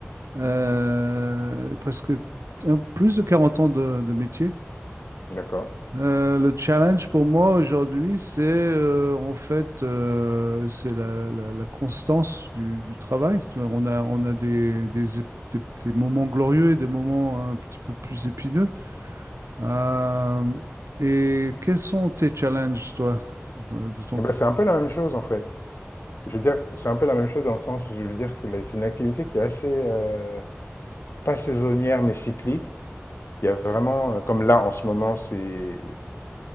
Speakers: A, on the right; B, on the left.
A: Euh, presque un- plus de 40 ans de, de métier.
B: d'accord.
A: Euh, le challenge pour moi aujourd'hui, c'est euh, en fait euh, c'est la, la- la constance du, du travail. Tu vois, on a, on a des, des, ép- des- des moments glorieux et des moments un petit peu plus épineux. Euh, et quels sont tes challenges, toi, de, de ton
B: Eh
A: côté?
B: ben, c'est un peu la même chose en fait. Je veux dire, c'est un peu la même chose dans le sens où je veux dire que c'est la- c'est une activité qui est assez euh, pas saisonnière, mais cyclique. Il y a vraiment, euh, comme là en ce moment, c'est